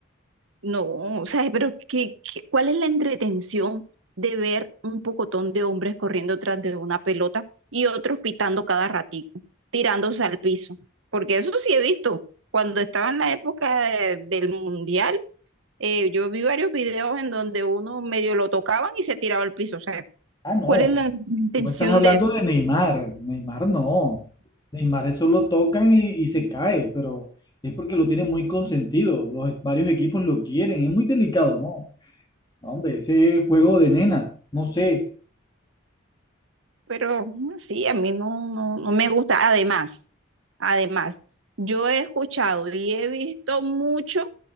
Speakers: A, on the right (about 70°); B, on the left (about 20°).
A: No, o sea, pero ¿qué, qué- cuál es la entretención de ver un pocotón de hombres corriendo tras de una pelota y otros pitando cada ratico, tirándose al piso? Porque eso sí he visto. Cuando estaba en la época de- del mundial, eh, yo vi varios videos en donde uno medio lo tocaban y se tiraba al piso. O sea,
B: Ah, no.
A: ¿cuál es la intención
B: Tú me estás hablando
A: de eso?
B: de Neymar. Neymar no. Neymar eso lo tocan y, y se cae, pero es porque lo tienen muy consentido. Los e, varios equipos lo quieren. Es muy delicado, ¿no? No, Hombre, ese juego de nenas. No sé.
A: Pero mm, sí, a mí no, no, no me gusta. Además, además, yo he escuchado y he visto mucho